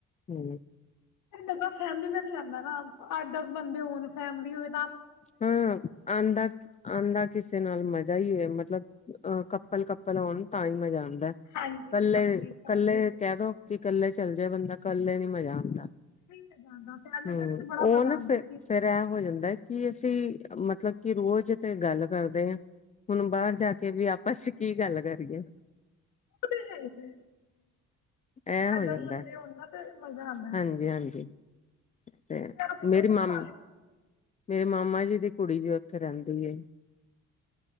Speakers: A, on the left; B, on the left.
A: ਹੂ।
B: ਮਜਾ ਫੈਮਲੀ ਨਾਲ ਵੀ ਆਉਂਦਾ ਨਾ ਅੱਠ ਦਸ ਬੰਦੇ ਹੋਣ ਫੈਮਲੀ ਹੋਵੇ।
A: ਹਾਂ, ਆਂਦਾ ਆਂਦਾ ਕਿਸੇ ਨਾਲ ਮਜ਼ਾ ਹੀ ਹੈ। ਮਤਲਬ ਅਹ ਕੱਪਲ ਕੱਪਲ ਹੋਣ ਤਾਂ ਹੀ ਮਜ਼ਾ ਆਉਂਦ ਇਕੱਲੇ
B: ਹਾਂਜੀ ਹਾਂਜੀ
A: ਇਕੱਲੇ
B: ਫੈਮਿਲੀ ਟ੍ਰਿਪ
A: ਕਹਿ ਦੋ ਕਿ ਕੱਲੇ ਚੱਲ ਜਾਏ ਬੰਦਾ, ਕੱਲੇ ਨੀ ਮਜਾ ਆਂ <unintelligible> ਹੂ,
B: ਤੇ ਜਾਂਦਾ ਫੈਮਿਲੀ ਟ੍ਰਿਪ ਤੇ ਬੜਾ
A: ਉਹ
B: ਮਜ਼ਾ
A: ਨਾ
B: ਆਉਂਦਾ
A: ਫਿਰ
B: ਕਿ
A: ਫੇਰ ਐ ਹੋ ਜਾਂਦਾ। ਅਸੀਂ ਮਤਲਬ ਕਿ ਰੋਜ਼ ਤੇ ਗੱਲ ਕਰਦੇ ਹਾਂ, ਹੁਣ ਬਾਹਰ ਜਾ ਕੇ ਵੀ ਆਪਸ ਚ ਕੀ ਗੱਲ ਕਰੀਏ।
B: ਉਹ ਤੇ ਹੈ ਹੀ ਹੈ
A: ਇਹ ਹੋ
B: ਅੱਠ ਦਸ
A: ਜਾਂਦਾ
B: ਬੰਦੇ ਹੋਣ ਨਾ ਤੇ ਮਜ਼ਾ ਆਉਂਦਾ।
A: ਹਾਂਜੀ ਹਾਂਜੀ। ਤੇ
B: ਚਲੋ ਫਿਰ
A: ਮਿਰਮਮ,
B: ਮੈਂ ਤੁਹਾਨੂੰ
A: ਤੇ ਮਾਮਾ ਜੀ ਦੀ ਕੁੜੀ ਵੀ ਉੱਥੇ ਰਹਿੰਦੀ